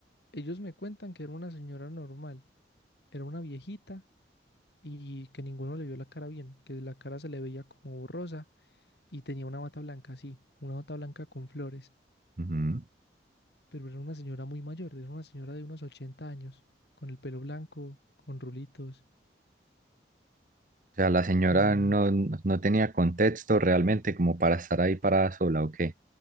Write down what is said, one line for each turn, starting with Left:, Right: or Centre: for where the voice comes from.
Left: ellos me cuentan que era una señora normal. era una viejita y que ninguno le vio la cara bien, que la cara se le veía como borrosa y tenía una bata blanca así, una bata blanca con flores,
Right: Ujú.
Left: pero era una señora muy mayor, era una señora de unos 80 años, con el pelo blanco, con rulitos.
Right: O sea, la señora
Left: eh,
Right: no, no no tenía contexto realmente como para estar ahí parada sola, ¿o qué?